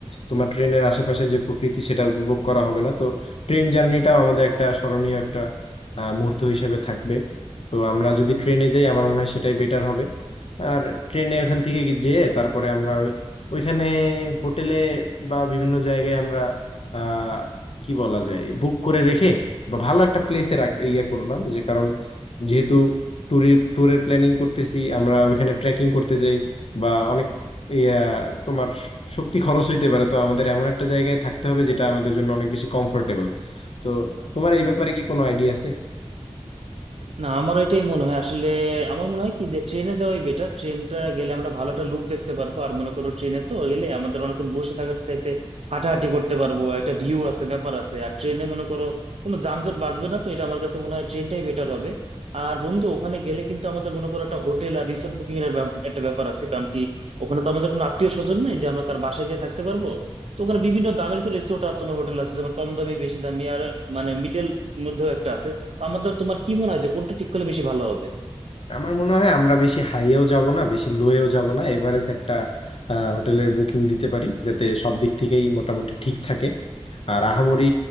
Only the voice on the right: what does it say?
না আমার এটাই মনে হয় আসলে আমার মনে হয় কি যে ট্রেনে যাওয়াই বেটার ট্রেনটা গেলে আমরা ভালো একটা লুক দেখতে পারবো আর মনে করো ট্রেনে তো গেলে আমাদের অনেকক্ষণ বসে থাকার চাইতে হাঁটাহাঁটি করতে পারবো একটা ভিউ আছে ব্যাপার আছে আর ট্রেনে মনে করো কোনো যানজট বাঁচবে না তো এটা আমার কাছে মনে হয় ট্রেনটাই বেটার হবে আর বন্ধু ওখানে গেলে কিন্তু আমাদের মনে করো একটা হোটেল আর রিসোর্ট বুকিং এর ব্যাপ- একটা ব্যাপার আছে কারণ কি ওখানে তো আমাদের কোনো আত্মীয় স্বজন নেই যে আমরা তার বাসায় যেয়ে থাকতে পারবো তো ওখানে বিভিন্ন দামের তো রিসোর্ট আর তোমার হোটেল আছে যেমন কম দামি বেশি দামি আর মানে মিডল মধ্যেও একটা আছে তো আমাদের তোমার কি মনে হয় যে কোনটা ঠিক করলে বেশি ভালো হবে